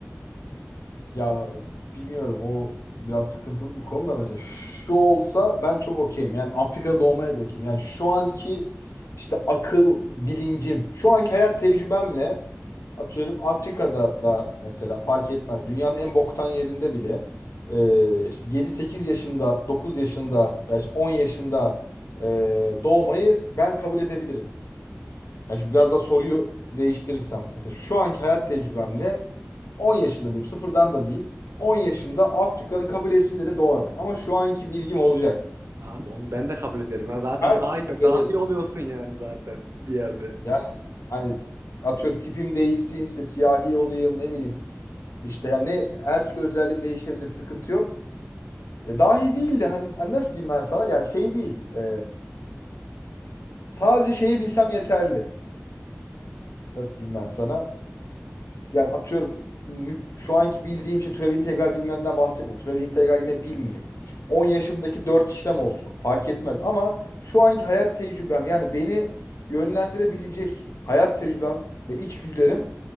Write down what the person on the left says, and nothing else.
Ya bilmiyorum o biraz sıkıntılı bir konu da mesela şu olsa ben çok okeyim. Yani Afrika'da doğmaya da okeyim. Yani şu anki işte akıl bilincim, şu anki hayat tecrübemle atıyorum Afrika'da da mesela fark etmez. Dünyanın en boktan yerinde bile e, işte 7-8 yaşında, 9 yaşında veya işte 10 yaşında e, doğmayı ben kabul edebilirim. Ya şimdi biraz
daha soruyu değiştirirsem. Mesela şu anki hayat tecrübemle 10 yaşında diyeyim. Sıfırdan da değil. 10 yaşında Afrika'nın kabilesinde de doğarım. Ama şu anki bilgim olacak.
Her
türlü kabilelerim.
Yani hani atıyorum tipim değişsin işte siyahi olayım ne bileyim. İşte yani her türlü özelliğim değişebilir. Sıkıntı yok. Ya dahi değil de hani, hani nasıl diyeyim ben sana? Yani şey değil. Ee, sadece şeyi bilsem yeterli. Nasıl diyeyim ben sana? Yani atıyorum mü- şu anki bildiğim şey türev integral bilmemden bahsetmiyorum. Türev integral yine bilmeyeyim. 10 yaşımdaki 4 işlem olsun. Fark etmez. Ama şu anki hayat tecrübem yani beni yönlendirebilecek hayat tecrübem ve içgüdülerim